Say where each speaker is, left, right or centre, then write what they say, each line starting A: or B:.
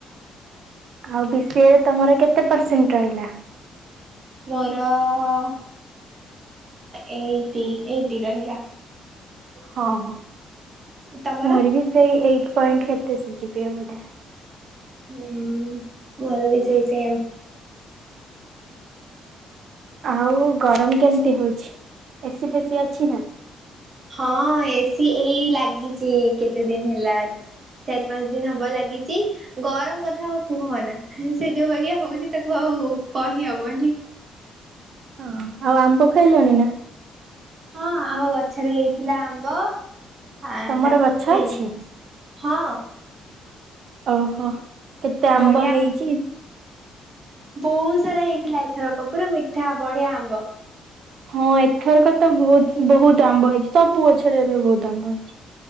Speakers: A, on the right; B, on the right.
A: ଆଉ ବି ଶି ଏ ରେ ତମର କେତେ ପରସେଣ୍ଟ ରହିଲା?
B: ମୋର ଅ ଏଇଟି ଏଇଟି ରହିଲା।
A: ହଁ ହଁ।
B: ତମର?
A: ମୋରି ବି ସେଇ ଏଇ ପଏଣ୍ଟ କେତେ ଜିପି ବୋଧେ
B: ହଁ ମର ବି ସେଇ ସେମ୍।
A: ଆଉ ଗରମ କେମତି ହଉଛି? ଏସି ଫେସିି ଅଛି ନା।
B: ହଁ ଏ ସି ଏଇ ଲାଗି କେତେ ଦିନ ହେଲା ଚାରି ପାଞ୍ଚ ଦିନ ହବ ଲାଗିଛି ଗରମ କଥା ହଉ କୁହନା ସେ ଯୋଉ ବାଗିଆ ହଉଛି ତାକୁ ଆଉ କହିହବନି।
A: ହଁ ଆଉ ଆମ୍ବ ଖାଇଲାଣି ନା।
B: ହଁ ଆମ ଗଛରେ ହେଇଥିଲା ଆମ୍ବ ଆ
A: ତମର
B: ତାକୁ
A: ଗଛ ଅଛି?
B: ହଁ
A: ଓହୋ କେତେ ଆମ୍ବ
B: ବଢିଆ
A: ହେଇଛି
B: ବହୁତ ସାରା ହେଇଥିଲା ଏ ଥରକ ପୁରା ମିଠା ବଢିଆ ବା
A: ହଁ ଏଥରକ ତ ବହୁତ ବହୁତ ଆମ୍ବ ହେଇଛି ସବୁ ଗଛରେ ଏବେ ବହୁତ ଆମ୍ବ ହେଇଛି